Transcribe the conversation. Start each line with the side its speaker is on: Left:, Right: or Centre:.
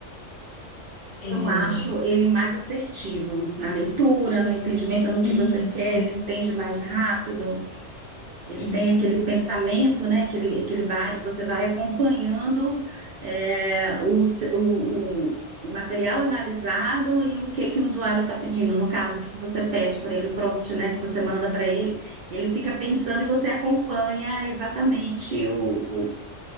Left: É,
Right: Eu acho ele mais assertivo na leitura, no entendimento, no
Left: isso,
Right: que você quer, ele entende mais rápido. Ele
Left: isso.
Right: tem aquele pensamento, né? Que ele, que ele vai, você vai acompanhando é, o, se- o, o- o material analisado e o que que o usuário está pedindo. No caso, o que que você pede para ele, o prompt, né? Que você manda para ele. Ele fica pensando e você acompanha exatamente o, o,